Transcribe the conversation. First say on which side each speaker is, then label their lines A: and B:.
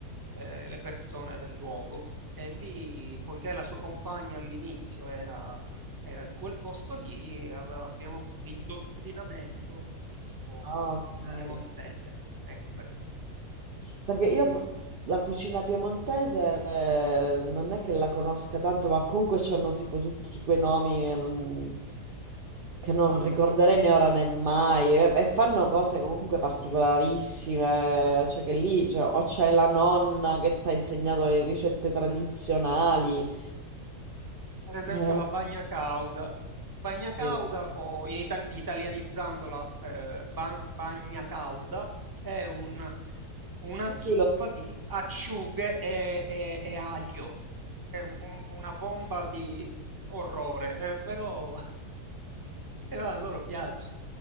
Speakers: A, on the right (about 20°); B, on the right (about 70°).
A: eh, le persone del luogo e lì, poiché la sua compagna all'inizio era, era di quel posto lì, ave- abbiamo avuto un indottrinamento di tipo
B: Ah, ok.
A: piemontese. Ecco perché.
B: Perché io fa- la cucina piemontese eh, non è che la conosca tanto, ma comunque c'hanno tipo tutti quei nomi e non- che non, ricorderei né ora né mai. E, e fanno cose comunque particolarissime, cioè che lì cioè, o c'è la nonna che ti ha insegnato le ricette tradizionali.
A: Per esempio
B: Eh,
A: la bagna cauda. Bagna
B: sì,
A: cauda, o in ital- italianizzandola, eh, ba- bagna calda, è un- una
B: sì, sì,
A: zuppa
B: lo-
A: di acciughe e, e- e aglio. È un- un- una bomba di orrore, eh, però, <laughs> però a loro piace.